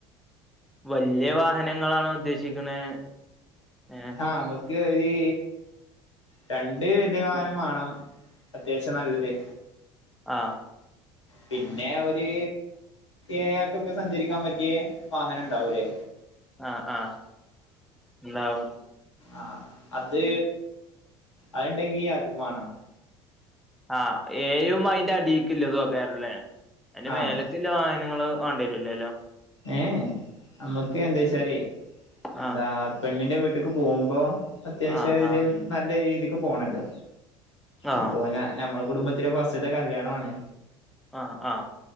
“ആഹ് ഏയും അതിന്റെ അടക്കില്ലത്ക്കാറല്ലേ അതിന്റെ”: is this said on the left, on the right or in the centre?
Centre